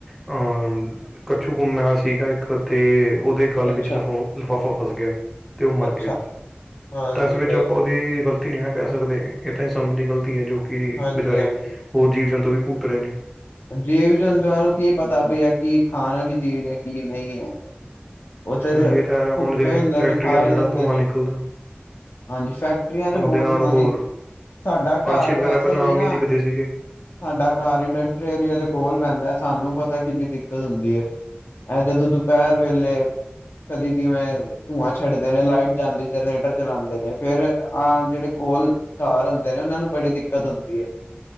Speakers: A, in the centre; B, on the left.
A: ਅਹ ਕੱਛੂ ਕੁੱਮਿਆ ਸੀਗਾ ਇੱਕ ਤੇ ਉਹਦੇ ਗੱਲ
B: ਅੱਛਾ
A: ਵਿੱਚ ਲਿਫਾ ਲਿਫਾਫਾ ਫਸ ਗਿਆ ਤੇ ਉਹ ਮਰ
B: ਅੱਛਾ
A: ਗਿਆ
B: ਹਾਂਜੀ
A: ਤਾਂ ਇਸ ਵਿੱਚ
B: ਫੇਰ
A: ਆਪਾਂ ਉਹਦੀ ਗਲਤੀ ਨਹੀਂ ਨਾ ਕਹਿ ਸਕਦੇ ਇਹ ਤਾਂ ਸਾਨੂੰ ਦੀ ਗ਼ਲਤੀ ਐ ਜੋ ਕਿ
B: ਹਾਂਜੀ
A: ਵਿਚਾਰੇ
B: ਹਾਂਜੀ
A: ਹੋਰ ਜੀਵ ਜੰਤੂ ਵੀ ਭੁਗਤ ਰਹੇ ਨੇ।
B: ਜਿਵ ਜੰਤੂਆਂ ਨੂੰ ਕੀ ਪਤਾ ਪਈ ਆ ਕੀ ਖਾਣ ਆਲੀ ਚੀਜ਼ ਐ ਕੀ ਨੀ ਐ। ਓਥੇ
A: ਹਾਂਜੀ
B: ਤੇ
A: ਇਹ ਤਾਂ ਹੈ
B: ਭੁੱਖੇ
A: ਹੁਣ ਜਿਵੇਂ
B: ਹੁੰਦੇ
A: ਫੈਕਟਰੀਆਂ
B: ਨੇ ਖਾ
A: ਦਾ
B: ਹੀ
A: ਜਿਹੜਾ
B: ਲੈਂਦੇ
A: ਧੂੰਆਂ
B: ਨੇ।
A: ਨਿਕਲਦਾ
B: ਹਾਂਜੀ ਫੈਕਟਰੀਆਂ ਚ
A: ਉਹਦੇ
B: ਬਹੁਤ
A: ਨਾਲ
B: ਧੂੰਆਂ
A: ਹੋਰ
B: ਨੀ ਸਾਡਾ
A: ਪੰਛੀ
B: ਘਰ
A: ਵਗੈਰਾ
B: ਵੈਸੇ
A: ਪਹਿਲਾਂ
B: ਵੀ
A: ਆਮ
B: ਨਾ
A: ਹੀ ਦਿਖਦੇ ਸੀਗੇ
B: ਸਾਡਾ ਘਰ ਇੰਡਸਟਰੀ ਏਰੀਆ ਦੇ ਕੋਲ ਪੈਂਦਾ ਸਾਨੂੰ ਪਤਾ ਕਿੰਨੀ ਦਿੱਕਤ ਹੁੰਦੀ ਐ। ਐ ਜਦੋਂ ਦੁਪਹਿਰ ਵੇਲੇ ਕਦੀ ਦੀ ਮੈਂ ਧੂੰਆਂ ਛੱਡਦੇ ਨੇ ਲਾਈਟ ਜਾਂਦੀ ਜਨਰੇਟਰ ਚਲਾਂਦੇ ਨੇ ਫੇਰ ਆਹ ਜਿਹੜੇ ਕੋਲ ਘਰ ਹੁੰਦੇ ਨੇ ਉਹਨਾਂ ਨੂੰ ਬੜੀ ਦਿੱਕਤ ਹੁੰਦੀ ਹੈ